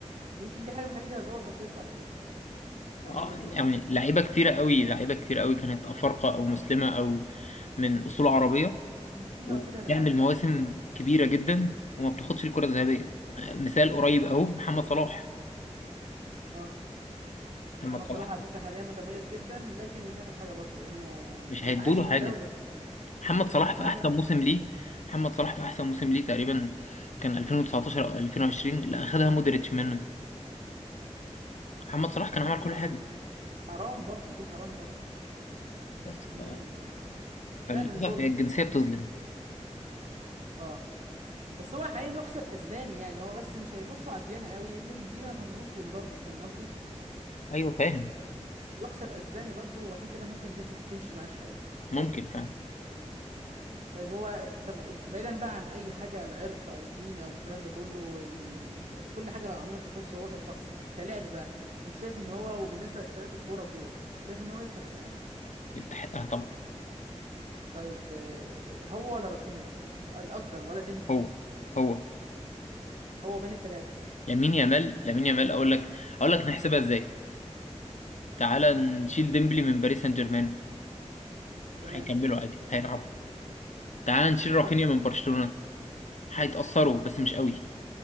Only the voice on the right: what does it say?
يمكن دي حاجه من الحاجات اللي هتبوظ مسيرته على فكره يعني ده
من وجهه
نظري
بنزيما
واخدها بالعافيه
اه
محمد
صلاح على فكره حاليا متميز جدا لكن مش هياخد حاجه برضه لانه
ما
حققش
غير
دوري عموما
وتاهل
بس
مش
عارف
ما
حرام برضه دي حرام برضه
يعني
فعلا ظلم
اه بس هو حاليا يحسب اسباني يعني هو بس مش هيبصوا على الديانه قوي لان بنزيما كان مسلم برضه فاهم قصدي
فيحسب اسباني برضه وعشان كده ممكن ده تمشي معاه شويه
طيب هو طب طب بعيدا بقى عن اي حاجه العرق او الدين او الكلام ده كله وال... كل حاجه عموما تخصه هو شخص يعني كلاعب بقى انت شايف ان هو وبالنسبه لاحصائيات الكوره وكده شايف ان هو يستحقها
طيب آه، هو ولا رافينيا يعني الاقدر ولا ديمبلي
هو بين الثلاثه
تمام
صح